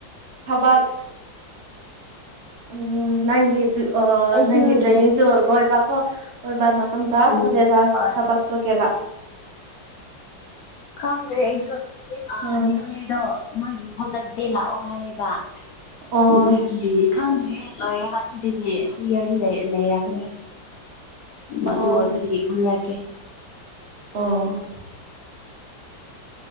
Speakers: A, on the right; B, on the left.
A: ꯊꯕꯛ ꯎꯝ ꯅꯪꯒꯤꯗꯨ ꯑ
B: ꯑꯩꯁꯨ
A: ꯅꯪꯒꯤ ꯇ꯭ꯔꯦꯅꯤꯡꯗꯣ
B: ꯒ꯭ꯌꯥꯟ
A: ꯂꯣꯏꯕꯀꯣ ꯂꯣꯏꯕ ꯃꯇꯝꯗ
B: ꯎꯝ
A: ꯀꯂꯦꯖ
B: ꯍꯣꯏ
A: ꯊꯕꯛ ꯇꯧꯒꯦꯔꯥ
B: ꯈꯪꯗ꯭ꯔꯦ ꯑꯩꯁꯨ ꯑ
A: ꯎꯝ
B: ꯅꯤꯅꯦꯗꯣ ꯃꯥꯒꯤ ꯃꯐꯝꯗꯗꯤ ꯂꯥꯛꯑꯣ ꯍꯥꯏꯌꯦꯕ
A: ꯑꯣ
B: ꯑꯗꯒꯤ ꯈꯪꯗ꯭꯭ꯔꯦ ꯂꯣꯏꯔꯒ ꯑꯁꯤꯗꯒꯤ ꯑꯁꯤ ꯌꯔꯂꯤ ꯂꯩ ꯂꯩꯔꯛꯒꯅꯤ ꯃꯗꯨ
A: ꯑꯣ
B: ꯑꯣꯏꯕꯗꯒꯤ ꯈꯪꯔꯥꯒꯦ
A: ꯑꯣ